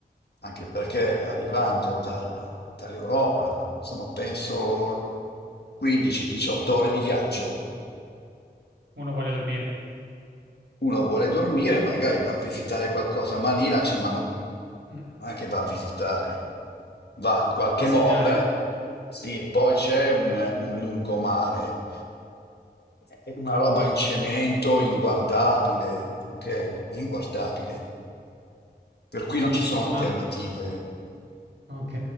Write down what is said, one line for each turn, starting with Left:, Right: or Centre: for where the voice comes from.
Left: anche perché arrivando dalla- dall'Europa sono penso 15-18 ore di viaggio.
Right: Uno vuole dormire,
Left: Uno vuole dormire, magari va a visitare qualcosa a Manila, cioè, ma ma- non
Right: <clears throat>
Left: è che va a visitare, va in qualche
Right: passeggiare,
Left: mall, sì, poi c'è un, un lungomare, è una roba in cemento inguardabile, ok? È inguardabile, per cui non ci sono alternative.
Right: ma Ok,